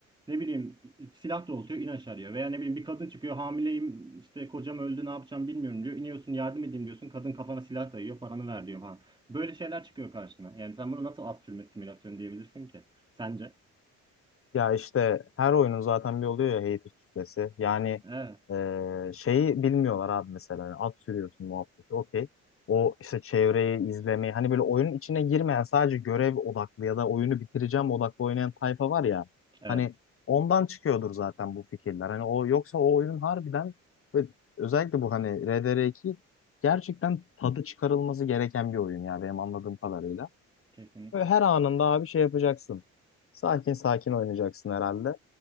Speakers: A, on the right (about 15°); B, on the left (about 45°).
A: Ne bileyim silah doğrultuyor in aşağı diyor. Veya ne bileyim bir kadın çıkıyor hamileyim işte kocam öldü ne yapacağım bilmiyorum diyor. İniyorsun yardım edeyim diyorsun kadın kafana silah dayıyor paranı ver diyor falan. Böyle şeyler çıkıyor karşına. Yani sen bunu nasıl at sürme simülasyonu diyebilirsin ki sence?
B: Ya işte her oyunun zaten bir oluyor ya hater kitlesi. Yani
A: Evet,
B: e, şeyi bilmiyorlar abi mesela. Yani at sürüyorsun muhabbeti okey. O işte çevreyi izlemeyi hani böyle oyunun içine girmeyen sadece görev odaklı ya da oyunu bitireceğim odaklı oynayan tayfa var ya.
A: evet
B: Hani ondan çıkıyordur zaten bu fikirler. Hani o yoksa o oyunun harbiden ve özellikle bu hani RDR2 gerçekten tadı çıkarılması gereken bir oyun ya benim anladığım kadarıyla.
A: kesinlikle
B: Böyle her anında abi şey yapacaksın. Sakin sakin oynayacaksın herhalde.